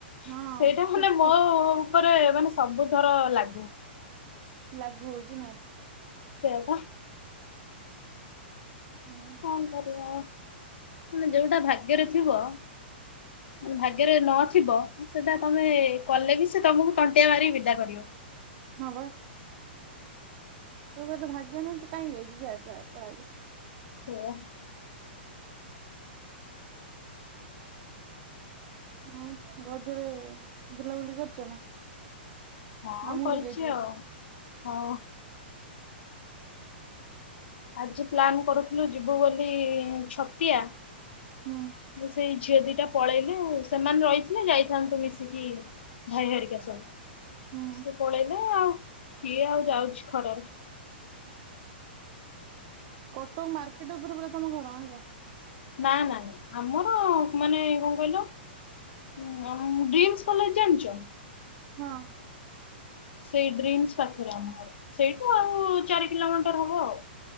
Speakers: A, on the right (about 40°); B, on the left (about 70°).
A: ହଁ
B: ସେଇଟା
A: ଠିକ
B: ମାନେ ମୋ
A: ଠିକ
B: ଉପରେ ମାନେ ସବୁଥର ଲା
A: ଲାଗୁ ହଉଛି ନା।
B: ସେଇଆ ବା।
A: ହୁଁ
B: କଣ କରିବା ଆଉ ମାନେ ଯୋଉଟା ଭାଗ୍ୟରେ ଥିବ, ଭାଗ୍ୟ ଭାଗ୍ୟରେ ନଥିବ ସେଟା ତମେ କଲେ ବି ସେ ତମକୁ ତଣ୍ଟିଆ ମାରିକି ବିଦା କରିବ।
A: ହଁ ବା। ତୋର ଇଏ ତ ଭାଗ୍ୟ ନୁହଁ ତୁ କାହିଁକି ଆଇଛୁ ଯା-ଯା ପଳା ଏଇଟୁ
B: ସେଇଆ।
A: ହଁ ରଜରେ ବୁଲାବୁଲି କରିଛ ନା?
B: ହଁ
A: ମାମୁଁ
B: କରିଛି
A: ଘରକୁ ଯାଇଥିଲ
B: ଆଉ ହଁ।
A: ହ <unintelligible>
B: ଆଜି ପ୍ଲାନ୍ କରୁଥିଲୁ ଯିବୁ ବୋଲି ଛତିଆ
A: ହୁଁ
B: ସେଇ ଝିଅ ଦିଟା ପଳେଇଲେ ଆଉ ସେମାନେ ରହିଥିଲେ ଯାଇଥାନ୍ତୁ ମିଶିକି ଭାଇ ହେରିକା ସବୁ
A: ହୁଁ
B: ସେ ପଳେଇଲେ ଆଉ କିଏ ଆଉ ଯାଉଛି ଖରାରେ?
A: କଟକ ମାର୍କେଟ ଉପରେ ପୁରା ତମ ଘର ନା କଣ?
B: ନା ନା ଆମର ମାନେ କ କଣ କହିଲ ଡ୍ରିମ୍ସ କଲେଜ ଜାଣିଛ?
A: ହଁ।
B: ସେଇ ଡ୍ରିମ୍ସ ପାଖରେ ଆମ ଘର। ସେଇଠୁ ଆଉ ଚାରି କିଲୋମିଟର ହବ ଆଉ।